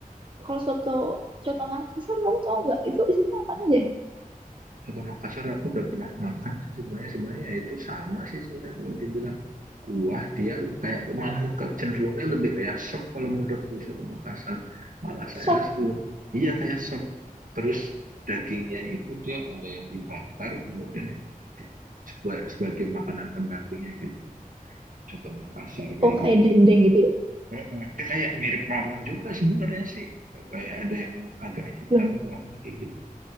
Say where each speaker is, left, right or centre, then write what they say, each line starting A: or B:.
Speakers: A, on the right; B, on the right.
A: kalau soto coto Makassar kamu tahu nggak itu isinya apa aja? ya?
B: Soto Makassar aku udah pernah makan sih sebenarnya sebenarnya ya itu sama sih sebenarnya kalau dibilang kuah dia kayak malah ke- cenderungnya lebih kayak sop kalau menurutku soto Makassar malah saya
A: Sop,
B: selalu iya kayak sop terus dagingnya itu dia ada yang dibakar kemudian di- di- sebagai, sebagai makanan pendampingnya gitu soto Makassar kayak
A: oh kayak
B: gitu
A: dendeng gitu ya.
B: Mm-mm. Dia kayak mirip rawon juga sebenarnya sih kayak ada yang agak hitam
A: Loh,
B: kuahnya kayak gitu